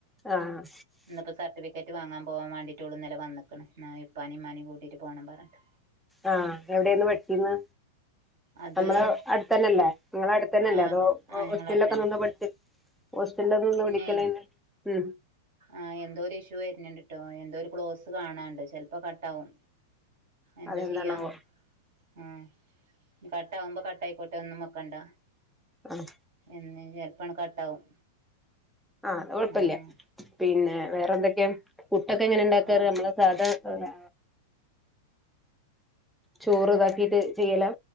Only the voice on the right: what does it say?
ഇന്ന്പ്പോ സർട്ടിഫിക്കറ്റ് വാങ്ങാൻ പോവാൻ വേണ്ടീറ്റോള് ഇന്നലെ വന്ന്ക്ക്ണ് ന്നാ ഇപ്പാനിം ഇമ്മാനിം കൂട്ടീട്ട് പോണം പറഞ്ഞിട്ട്
അത്
ആഹ്
ആഹ്
ഞങ്ങളെ അടുത്തന്നെ
പിന്നെ
ആഹ് എന്തോര് ഇഷ്യൂ വെര്ന്ണ്ട്ട്ടോ എന്തോ ഒരു ക്ലോസ് കാണാണ്ട് ചെല്പോ കട്ടാവും എന്താ
ചെയ്യാ ഉം കാട്ടാവുമ്പോ കട്ടായിക്കോട്ടെ ഒന്നും വെക്കണ്ട
ഇന്ന് ചെല്പാണ്ട് കട്ടാവും
ആഹ്
ആഹ്